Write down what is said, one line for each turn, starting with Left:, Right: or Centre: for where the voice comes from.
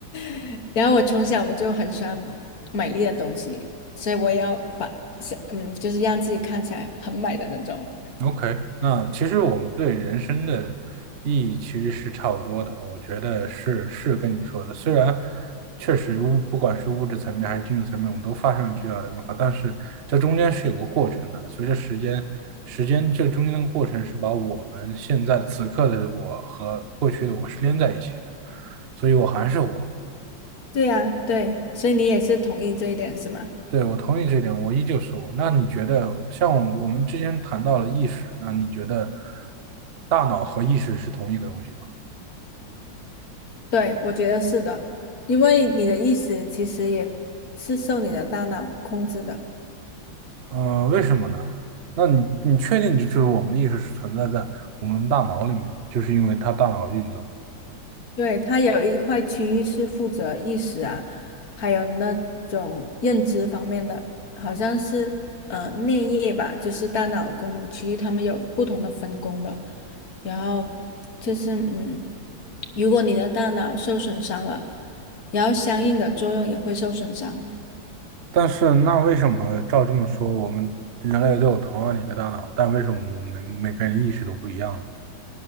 Left: <laughs> 然后我从小我就很喜欢美丽的东西，所以我也要把，是嗯，就是让自己看起来很美的那种。
Right: OK，那其实我们对人生的意义其实是差不多的，我觉得是是跟你说的。虽然确实物不管是物质层面还是精神层面，我们都发生了巨大的变化，但是这中间是有个过程的。随着时间，时间这中间的过程是把我们现在此刻的我和过去的我是连在一起的，所以我还是我，
Left: 对呀，对，所以你也是同意这一点是吗？
Right: 对，我同意这一点，我依旧是我。那你觉得，像我们之前谈到了意识，那你觉得大脑和意识是同一个东西吗？
Left: 对，我觉得是的，因为你的意识其实也是受你的大脑控制的。
Right: 嗯，为什么呢？那你你确定就是我们的意识是存在在我们大脑里面的，就是因为它大脑的运作。
Left: 对，它有一块区域是负责意识啊，还有那种认知方面的，好像是呃颞叶吧，就是大脑功能区域，它们有不同的分工的。然后就是嗯，如果你的大脑受损伤了，然后相应的作用也会受损伤，
Right: 但是那为什么照这么说，我们人类都有同样的一个大脑，但为什么我们每个人意识都不一样呢